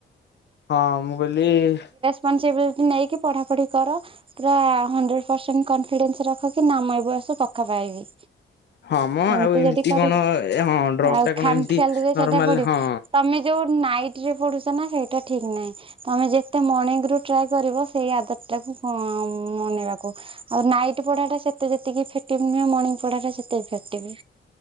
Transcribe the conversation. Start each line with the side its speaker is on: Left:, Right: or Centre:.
Left: ହଁ ମୁଁ କଇଲି-ଇ-ଇ-ଇ
Right: ପଞ୍ଚେଇବିଲ୍ଟି ନେଇକି ପଢ଼ା ପଢି କର ପୁରା ହଣ୍ଡ୍ରେଟ୍ ପରସେଣ୍ଟ କନଫିଡେନ୍ସ ରଖ କି ନା ମୁଁ ଏବର୍ଷ ପକ୍କା ପାଇବି।
Left: ହଁ ମ
Right: ସେମ୍ତି
Left: ଆଉ
Right: ଯଦି
Left: ଏମିତି
Right: କରିକି
Left: କଣ ହଁ ଡ୍ରପ୍
Right: ଆଉ
Left: ଟା କଣ
Right: ଖାମ୍
Left: ଏମିତି
Right: ଖିଆଲିରେ ସେଇଟା
Left: ନର୍ମାଲ
Right: ପଡି
Left: ହଁ
Right: ତମେ ଯୋଉ ନାଇଟ୍ ରେ ପଢ଼ୁଚ ନା ସେଇଟା ଠିକ୍ ନାହିଁ। ତମେ ଯେତେ ମଣିଙ୍ଗ ରୁ ଟ୍ରାଏ କରିବ ସେଇ ଆଦତ୍ ଟାକୁ <unintelligible> ମନେଇବାକୁ। ଆଉ ନାଇଟ୍ ପଢାଟା ସେତେ ଯେତିକି ଇଫେକ୍ଟିଭ୍ ନୁହେଁ, ମଣିଙ୍ଗ ପଢାଟା ସେତେ ଇଫେକ୍ଟିଭ୍।